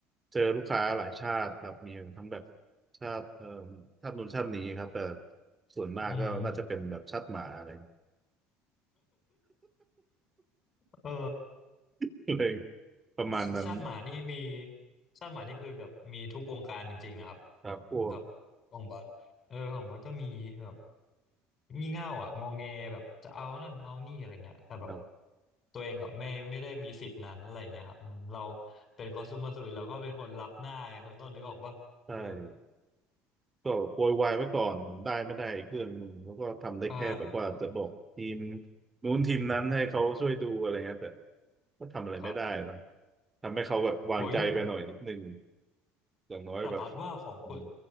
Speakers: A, on the right; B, on the left.
A: เจอลูกค้าหลายชาติครับมีทั้งแบบชาติเอ่อชาตินู้นชาตินี้ครับแต่ส่วนมากก็น่าจะเป็นแบบชาติหมาอะไร
B: อืม เออ
A: <laughs> เลยประมาณนั้น
B: ชชาติหมานี่มีชาติหมานี่คือแบบมีทุกวงการจริงๆนะครับ
A: ครับพวก
B: แบบของบัสเออของบัสก็มีแบบงี่เง่าอ่ะงอแงแบบจะเอานั่นเอานี่อะไรเงี้ยแต่แบบ
A: ครับ
B: ตัวเองแบบไม่ไม่ได้มีสิทธิ์นั้นอะไรเงี้ยครับอืมเราเป็นคอเอส u m ม r service เซอรวิสเราก็เป็นคนรับหน้าไงคนต้นนึกออกปะเออ
A: ใช่ก็โปรยไว้ไว้ก่อนได้ไม่ได้อีกเรื่องหนึ่งแล้วก็ทำได้แค่แบบว่าจะบอกทีม
B: นั่นแหละใช่
A: นู้นทีมนั้นให้เขาช่วยดูอะไรเงี้ยแต่ก็ทำอะไรไม่ได้นะ
B: ครับ
A: ทำให้เขาแบบวางใจไปหน่อยนิดนึง
B: โหยอย่าง
A: อย่างน้อยแบบ
B: แต่บัดว่าของคุณ
A: อืม